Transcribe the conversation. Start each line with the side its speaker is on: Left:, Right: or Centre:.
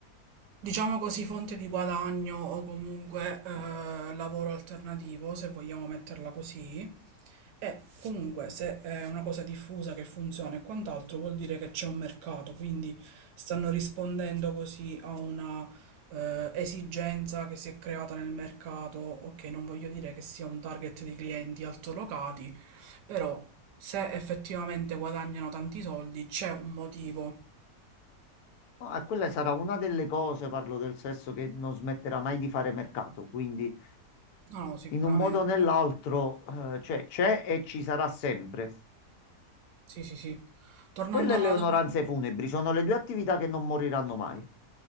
Right: diciamo così, fonte di guadagno o comunque eh, lavoro alternativo, se vogliamo metterla così, e comunque se è una cosa diffusa che funziona e quant'altro vuol dire che c'è un mercato, quindi stanno rispondendo così a una eh, esigenza che si è creata nel mercato. Ok, non voglio dire che sia un target di clienti altolocati, però se effettivamente guadagnano tanti soldi c'è un motivo.
Left: No, eh, quella sarà una delle cose, parlo del sesso, che non smetterà mai di fare mercato, quindi
Right: No, no, sicuramente.
Left: in un modo o nell'altro eh, c'è c'è e ci sarà sempre.
Right: Sì, sì, sì. Tornando
Left: Quelle
Right: alla
Left: e le onoranze
Right: domanda.
Left: funebri sono le due attività che non moriranno mai.